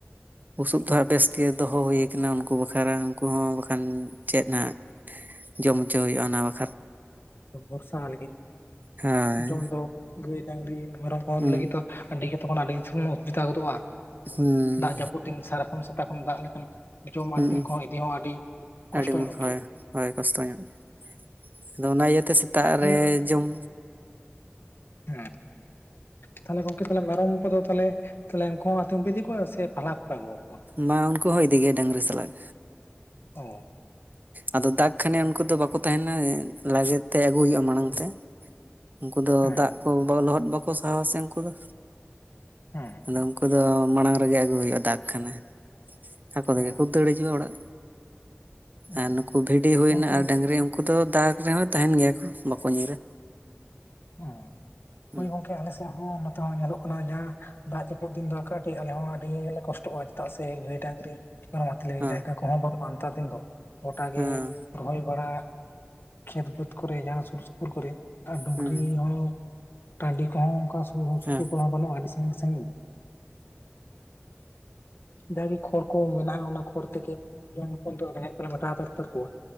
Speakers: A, on the right; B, on the left.
A: ᱵᱩᱥᱩᱵ ᱫᱚ ᱦᱟᱸᱜ ᱵᱮᱥᱜᱮ ᱫᱚᱦᱚ ᱦᱩᱭ ᱠᱟᱱᱟ ᱩᱱᱠᱩ ᱵᱟᱠᱷᱨᱟ ᱩᱱᱠᱩ ᱦᱚᱸ ᱵᱟᱠᱷᱟᱱ ᱪᱮᱫ ᱦᱟᱸᱜ ᱡᱚᱢ ᱦᱚᱪᱚ ᱦᱳᱭᱳᱜ-ᱟ ᱚᱱᱟ ᱵᱟᱠ
B: ᱵᱷᱚᱨᱥᱟ ᱞᱟᱹᱜᱤᱫ
A: ᱦᱳᱭ
B: ᱡᱚᱢ ᱫᱚ ᱜᱟᱹᱭ ᱰᱟᱹᱝᱨᱤ ᱢᱮᱨᱚᱢ ᱠᱚ
A: ᱦᱩᱸ
B: ᱞᱟᱹᱜᱤᱫ ᱫᱚ ᱟᱹᱰᱤ ᱜᱮ ᱛᱚᱠᱷᱚᱱ ᱟᱹᱰᱤ ᱚᱥᱩᱵᱤᱫᱷᱟ ᱜᱚᱫᱚᱜᱼᱟ᱾
A: ᱦᱩᱸ
B: ᱫᱟᱜ ᱡᱟᱹᱯᱩᱫ ᱫᱤᱱ ᱥᱟᱨᱟ ᱠᱷᱚᱱ ᱥᱮᱛᱟᱜ ᱠᱷᱚᱱ ᱫᱟᱜ ᱞᱮᱠᱟᱱ ᱡᱚᱢ
A: ᱦᱩᱸ
B: ᱟᱹᱛᱤᱧ ᱠᱚᱦᱚᱸ ᱤᱫᱤ ᱦᱚᱸ ᱟᱹᱰᱤ ᱠᱚᱥᱴᱚ
A: ᱟᱹᱰᱤ
B: ᱧᱚᱜ
A: ᱦᱳᱭ
B: ᱜᱮᱭᱟ᱾
A: ᱦᱳᱭ ᱠᱚᱥᱴᱚ ᱧᱚᱜ ᱜᱮ ᱟᱫᱚ ᱚᱱᱟ ᱤᱭᱟᱹᱛᱮ ᱥᱮᱛᱟᱜ
B: ᱦᱮᱸ
A: ᱨᱮ ᱡᱚᱢ
B: ᱦᱮᱸ᱾ ᱛᱟᱦᱞᱮ ᱜᱚᱝᱠᱮ ᱛᱟᱦᱞᱮ ᱢᱮᱨᱚᱢ ᱠᱚᱫᱚ ᱛᱮ ᱩᱱᱠᱩ ᱦᱚᱸ ᱟᱛᱤᱧ ᱠᱚ ᱤᱫᱤ ᱠᱚᱣᱟ ᱥᱮ ᱯᱟᱞᱟ ᱠᱚᱯᱮ ᱟᱹᱜᱩᱣᱟ ᱠᱚ
A: ᱵᱟᱝ ᱩᱱᱠᱩ ᱦᱚᱸ ᱤᱫᱤ ᱜᱮᱭᱟ ᱰᱟᱹᱝᱨᱤ ᱥᱟᱞᱟᱜ᱾
B: ᱚ
A: ᱟᱫᱚ ᱫᱟᱜ ᱠᱷᱟᱱᱮ ᱩᱱᱠᱩ ᱫᱚ ᱵᱟᱠᱚ ᱛᱟᱦᱮᱱᱟ ᱞᱟᱜᱮ ᱛᱮ ᱟᱹᱜᱩ ᱦᱩᱭᱩᱜᱼᱟ ᱢᱟᱲᱟᱝ ᱛᱮ᱾ ᱩᱱᱠᱩ ᱫᱚ
B: ᱦᱮᱸ
A: ᱫᱟᱜ ᱠᱚ ᱞᱚᱦᱚᱫ ᱵᱟᱠᱚ ᱥᱟᱦᱟᱣᱟ ᱥᱮ ᱩᱱᱠᱩ ᱫᱚ᱾
B: ᱦᱮᱸ
A: ᱟᱫᱚ ᱩᱱᱠᱩ ᱫᱚ ᱢᱟᱲᱟᱝ ᱨᱮᱜᱮ ᱟᱹᱜᱩ ᱦᱩᱭᱩᱜᱼᱟ ᱫᱟᱜ ᱠᱷᱟᱱᱮ᱾ ᱟᱠᱚ ᱛᱮᱜᱮ
B: ᱦᱮᱸ
A: ᱠᱚ ᱫᱟᱹᱲ ᱦᱤᱡᱩᱜᱼᱟ ᱚᱲᱟᱜ
B: ᱦᱮᱸ
A: ᱟᱨ ᱱᱩᱠᱩ ᱵᱷᱤᱰᱤ ᱦᱩᱭᱱᱟ
B: ᱜᱚᱝᱠᱮ
A: ᱟᱨ ᱰᱟᱹᱝᱨᱤ ᱩᱱᱠᱩ ᱫᱚ ᱫᱟᱜ ᱨᱮᱦᱚᱸ ᱛᱟᱦᱮᱱ ᱜᱮᱭᱟ ᱠᱚ ᱵᱟᱠᱚ ᱧᱤᱨᱟ᱾
B: ᱦᱩᱸ
A: ᱦᱩᱸ
B: ᱦᱳᱭ ᱜᱚᱝᱠᱮ ᱟᱞᱮ ᱥᱮᱫ ᱦᱚᱸ ᱱᱚᱛᱮ ᱦᱚᱸ ᱧᱮᱞᱚᱜ ᱡᱟᱦᱟ ᱫᱟᱜ ᱡᱟᱹᱯᱩᱫ ᱫᱤᱱ ᱫᱚ ᱠᱟᱹᱴᱤᱡ ᱟᱞᱮ ᱦᱚᱸ ᱟᱹᱰᱤ ᱜᱮᱞᱮ ᱠᱚᱥᱴᱚᱜᱼᱟ ᱪᱮᱫᱟᱜ ᱥᱮ ᱜᱟᱹᱭ ᱰᱟᱹᱝᱨᱤ ᱢᱮᱨᱚᱢ ᱟᱛᱤᱧ ᱞᱟᱹᱜᱤᱫ
A: ᱦᱮᱸ
B: ᱡᱟᱭᱜᱟ ᱠᱚᱦᱚᱸ ᱵᱟᱹᱱᱩᱜᱼᱟ ᱱᱮᱛᱟᱨ ᱫᱤᱱ ᱫᱚ ᱜᱚᱴᱟᱜ
A: ᱦᱮᱸ
B: ᱜᱮ᱾ ᱨᱚᱦᱚᱭ ᱵᱟᱲᱟ ᱠᱷᱮᱛ ᱵᱟᱹᱫᱽ ᱠᱚᱨᱮ ᱡᱟᱦᱟᱸ ᱥᱩᱨ ᱥᱩᱯᱩᱨ ᱠᱚᱨᱮ ᱟᱨ ᱰᱩᱝᱨᱤ
A: ᱦᱩᱸ
B: ᱦᱚᱸ ᱴᱟᱸᱰᱤ ᱠᱚᱦᱚᱸ ᱚᱱᱠᱟ ᱥᱩᱨ ᱥᱩᱯᱩᱨ
A: ᱦᱮᱸ
B: ᱠᱚᱦᱚᱸ ᱵᱟᱹᱱᱩᱜᱼᱟ ᱟᱹᱰᱤ ᱥᱟᱸᱜᱤᱧ ᱥᱟᱸᱜᱤᱧ ᱡᱟᱜᱮ ᱠᱷᱚᱲ ᱠᱚ ᱢᱮᱱᱟᱜᱼᱟ ᱚᱱᱟ ᱠᱷᱚᱲ ᱛᱮᱜᱮ ᱡᱚᱢ ᱠᱚ ᱫᱚ ᱨᱮᱸᱜᱮᱡ ᱠᱚᱞᱮ ᱢᱮᱴᱟᱣ ᱛᱟᱠᱚᱣᱟ᱾